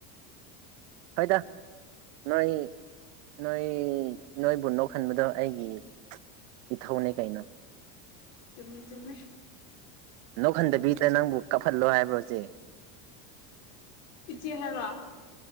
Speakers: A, on the right (about 55°); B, on the left (about 65°).
A: ꯍꯣꯏꯗ ꯅꯣꯏ ꯅꯣꯏ ꯅꯣꯏꯕꯨ ꯅꯣꯛꯍꯟꯕꯗꯣ ꯑꯩꯒꯤ ꯏ ꯊꯎꯅꯦ ꯀꯩꯅꯣ
B: ꯆꯨꯝꯃꯦ ꯆꯨꯝꯃꯦ
A: ꯅꯣꯛꯍꯟꯗꯕꯤꯗ꯭ꯔꯅ ꯅꯪꯕꯨ ꯀꯥꯞꯍꯜꯂꯣ ꯍꯥꯏꯕ꯭ꯔꯣ ꯍꯧꯖꯤꯛ
B: ꯄꯆꯦ ꯍꯥꯏꯕ